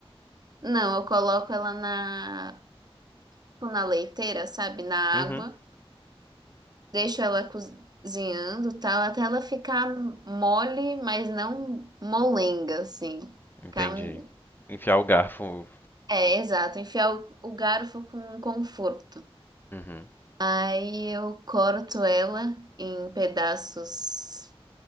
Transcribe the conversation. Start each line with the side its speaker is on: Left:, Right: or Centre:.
Right: não, eu coloco ela na na leiteira, sabe, na
Left: Uhum.
Right: água, deixo ela cozinhando, tal, até ela ficar mole, mas não molenga assim.
Left: Entendi.
Right: Ficar-
Left: Enfiar o garfo.
Right: É, exato. Enfiar o, o garfo com conforto.
Left: Uhum,
Right: Aí eu corto ela em pedaços